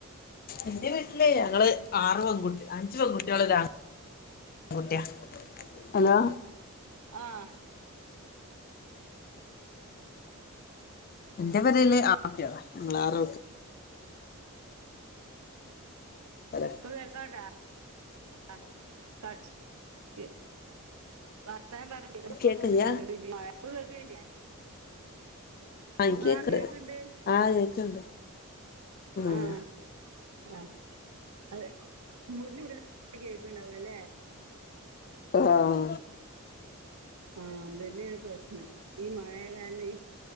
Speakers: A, on the left (about 40°); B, on the right (about 85°).
A: എന്റെ വീട്ടില ഞങ്ങള് ആറ് പെൺകുട്ടി അഞ്ച് പെൺകുട്ടിയള് ഒര് ആൺകുട്ടിയ ഹലോ
B: ആഹ്
A: എന്റെ പെരേല് ആട്യയതാ നമ്മൾ ആൾ അതെ
B: <unintelligible> വർത്താനം പറ <unintelligible>
A: കേക്കില്ല്യ
B: കേൾക്കില്ലെ
A: ആ എനിക്ക്
B: ആഹ
A: കേക്ക്ണ്ട്
B: കേക്കണ്ട്
A: ആ കേക്ക്ണ്ട് ഉം
B: ആഹ ആഹ അതെ മുറിഞ്ഞ മുറി കേൾക്കണ്ടാവ അല്ലേ
A: ആഹ
B: ആഹ അതന്നെയ ഒരു പ്രശ്നം ഈ മഴായ കാരനെ